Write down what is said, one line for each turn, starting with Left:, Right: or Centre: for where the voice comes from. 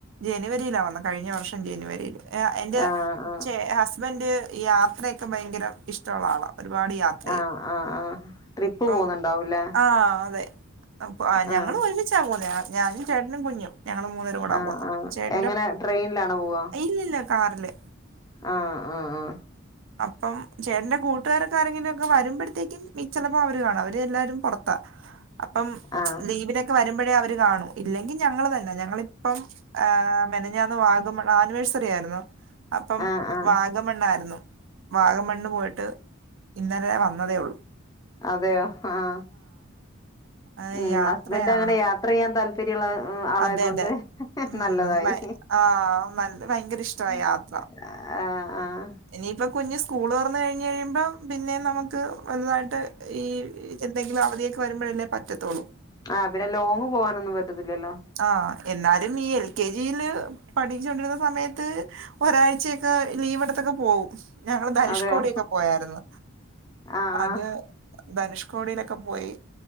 Right: ജനുവരിയിലാ വന്നത് കഴിഞ്ഞ വർഷം ജനുവരിയിൽ എ എന്റെ
Left: ആഹ് ആഹ്
Right: ചേ ഹസ്ബൻഡ് യാത്രയൊക്കെ ഭയങ്കര ഇഷ്ട ഉള്ള ആളാ ഒരുപാട് യാത്രയ്യും
Left: ആഹ് ആഹ് ആഹ് ട്രിപ്പ്
Right: ഇപ്പം
Left: പോകുന്നുണ്ടാവൂല്ലേ
Right: ആഹ് അതെ അപ്പോ ആ എനി
Left: ആഹ്
Right: തനിച്ചാവൂല ഞാനും ചേട്ടനും കുഞ്ഞും ഞങ്ങള് മൂന്നേരും കൂടാ
Left: ആഹ്
Right: പോകുന്ന്
Left: ആഹ്
Right: ചേട്ടന്റെ
Left: എങ്ങനെ ട്രെയിനിലാണോ പോവാ
Right: ഇല്ല ഇല്ല കാറില്.
Left: ആഹ് ആഹ് ആഹ്
Right: അപ്പം ചേട്ടന്റെ കൂട്ടുകാരൊക്കെ ആരെങ്കിലുഒക്കെ വരുമ്പഴത്തേക്കും ചെലപ്പോ അവര് കാണും അവര് എല്ലാരും പൊറത്താ. അപ്പം
Left: ആഹ്
Right: ലീവിനൊക്കെ വരുമ്പഴേ അവര് കാണൂ ഇല്ലെങ്കി ഞങ്ങള് തന്നെ ഞങ്ങളിപ്പം ആഹ് മെനഞ്ഞാന്ന് വാഗമ ആനിവേഴ്സറി ആയിരുന്നു അപ്പം
Left: ആഹ് ആഹ്
Right: വാഗമണ്ണായിരുന്നു. വാഗംമണ്ണ് പോയിട്ട് ഇന്നലെ വന്നതേ ഒള്ളു.
Left: അതെയോ ആഹ്
Right: അത്
Left: ഉം
Right: യാത്രയാണ്
Left: ഹസ്ബൻഡ് അങ്ങനെ യാത്രയ്യാൻ താല്പ പ്പര്യള്ള ഉം ആളായതോണ്ട്
Right: അതെ അതെ
Left: ഹ് ഹ്
Right: ഉം
Left: നല്ലതായി.
Right: ആ നല്ല ഭയങ്കര ഇഷ്ടമായി
Left: ഹിഹി
Right: യാത്ര
Left: ആഹ് ആഹ്
Right: ഇനിയിപ്പ കുഞ്ഞ് സ്കൂള് തൊറന്ന് കഴിഞ്ഞ് കഴിയുമ്പം പിന്നെയും നമുക്ക് വലുതായിട്ട് ഈ എന്തെങ്കിലും അവധിയൊക്കെ വരുമ്പഴല്ലേ പറ്റത്തൊ
Left: ആ പിന്നെ ലോങ്ങ് പോവാനൊന്നും പറ്റത്തില്ലല്ലോ.
Right: ആ എന്നാലും ഈ എൽ കെ ജിയില് പഠിച്ചോണ്ടിരുന്ന സമയത്ത് ഒരാഴ്ച്ചയൊക്കെ ലീവെടുത്തൊക്കെ പോവും. ഞങ്ങള് ധനുഷ്കോടിയൊക്കെ
Left: അതെയോ
Right: പോയായിരുന്നു
Left: ആഹ്
Right: അത് ധനുഷ്കോടിയിലൊക്കെ പോയി